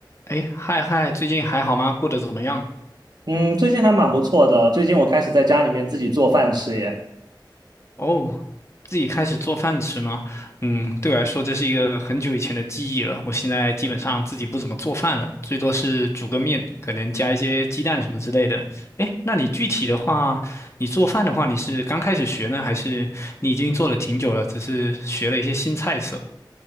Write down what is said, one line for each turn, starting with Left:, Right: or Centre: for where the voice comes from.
Left: 哎，嗨嗨，最近还好吗？过得怎么样？
Right: 嗯，最近还蛮不错的。最近我开始在家里面自己做饭吃耶。
Left: 哦，自己开始做饭吃吗？嗯，对我来说这是一个很久以前的记忆了。我现在基本上自己不怎么做饭了，最多是煮个面，可能加一些鸡蛋什么之类的。哎，那你具体的话，你做饭的话，你是刚开始学呢，还是你已经做了挺久了，只是学了一些新菜色？